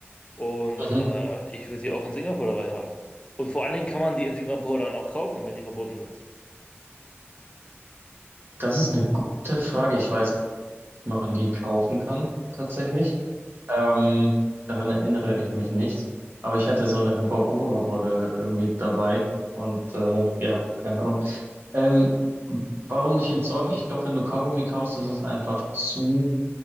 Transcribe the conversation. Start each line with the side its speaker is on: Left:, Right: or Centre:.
Left: und
Right: Mhm.
Left: äh, ich würde die auch in Singapur dabei haben. Und vor allen Dingen kann man die in Singapur dann auch kaufen, wenn die verboten sind.
Right: Das ist eine gute Frage. Ich weiß, ob man die kaufen kann, tatsächlich. Ähm, daran erinnere ich mich nicht. Aber ich hatte so eine Hubba-Bubba-Rolle irgendwie dabei. Und äh, ja, keine Ahnung. Ähm, warum nicht entsorgen? Ich glaube, wenn du Kaugummi kaufst, ist es einfach zu,